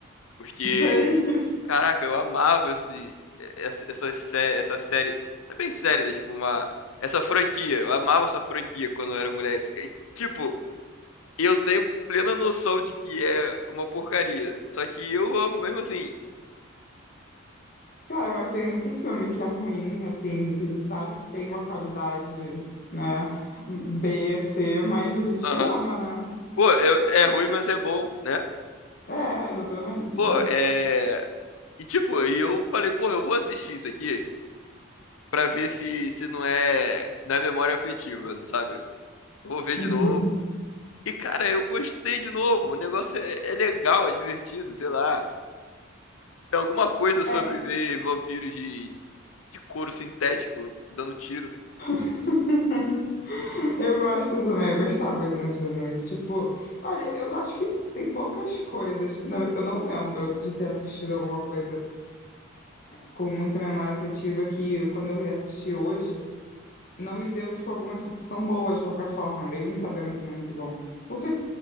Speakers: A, on the left; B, on the left.
A: Porque,
B: sei.
A: caraca, eu amava esse, essa, essa, sé- essa série, não é bem série, né? Tipo uma, essa franquia, eu amava essa franquia quando eu era moleque. E, tipo eu tenho plena noção de que é uma porcaria. Só que eu amo mesmo assim.
B: Cara, mas tem muito filme que é ruim, assim, que a gente sabe que tem uma qualidade, né, B, C, mas a gente
A: Aham.
B: ama, né?
A: Pô, eu- é ruim, mas é bom, né?
B: É, exatamente.
A: Pô, é. E tipo, e eu falei, pô, eu vou assistir isso aqui pra ver se, se não é, não é memória afetiva, não sabe? Eu vou ver
B: Uhum.
A: de novo. E cara, eu gostei de novo. O negócio é, é legal, é divertido, sei lá. Tem alguma coisa sobre
B: É,
A: ver vampiros de, de couro sintético dando tiro.
B: <laughs> eu gosto também, eu gostava de Anjos da Noite. Tipo, olha, eu acho que tem poucas coisas. na ve- Eu não lembro de ter assistido alguma coisa com muita memória afetiva que quando eu reassisti hoje. não me deu, tipo, alguma sensação boa de qualquer forma, mesmo sabendo que não é muito bom. Porque